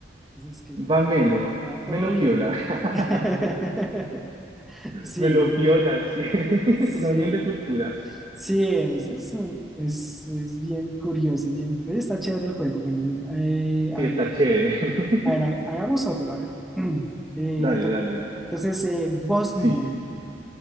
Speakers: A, in the centre; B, on the right.
A: Entonces, que
B: Va
A: todo,
B: Melo,
A: va todo
B: Melo
A: bien.
B: piola,
A: <laughs>
B: <laughs>
A: Sí,
B: Melo piola, sí. <laughs>
A: sí,
B: Una unión de culturas.
A: sí, eso es, un- es- es bien curioso, bien, está chévere el juego. Bueno, mira, eh, a
B: Sí, está
A: ver,
B: chévere. <laughs>
A: a ver, ha- hagamos otro, a ver. <clears throat> Eh,
B: Dale,
A: me to-
B: dale, dale.
A: Entonces, eh, Bosnia.
B: Sí.